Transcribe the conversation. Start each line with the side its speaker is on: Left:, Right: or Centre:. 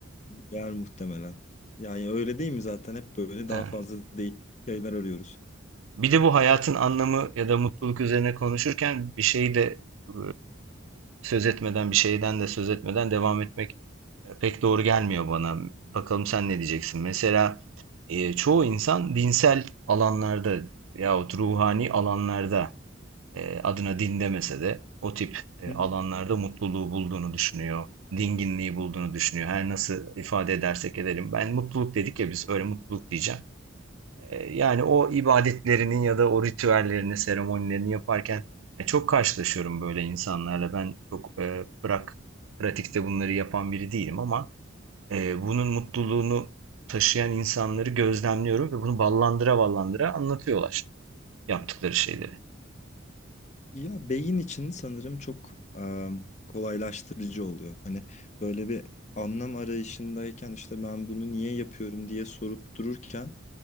Left: yer muhtemelen. Yani öyle değil mi zaten hep böyle
Right: Evet.
Left: daha fazla değil şeyler arıyoruz.
Right: Bir de bu hayatın anlamı ya da mutluluk üzerine konuşurken bir şeyi de e, söz etmeden, bir şeyden de söz etmeden devam etmek e, pek doğru gelmiyor bana. Bakalım sen ne diyeceksin? Mesela e, çoğu insan dinsel alanlarda yahut ruhani alanlarda e, adına din demese de o tip e,
Left: Hı
Right: alanlarda
Left: hı.
Right: mutluluğu bulduğunu düşünüyor. Dinginliği bulduğunu düşünüyor. Her nasıl ifade edersek edelim. Ben mutluluk dedik ya biz öyle mutluluk diyeceğim. E, Yani o ibadetlerinin ya da o ritüellerini, seremonilerini yaparken e, çok karşılaşıyorum böyle insanlarla. Ben çok e, bırak pratikte bunları yapan biri değilim ama e, bunun mutluluğunu taşıyan insanları gözlemliyorum ve bunu ballandıra ballandıra anlatıyorlar yaptıkları şeyleri.
Left: Ya beyin için sanırım çok e, kolaylaştırıcı oluyor. Hani böyle bir anlam arayışındayken işte ben bunu niye yapıyorum diye sorup dururken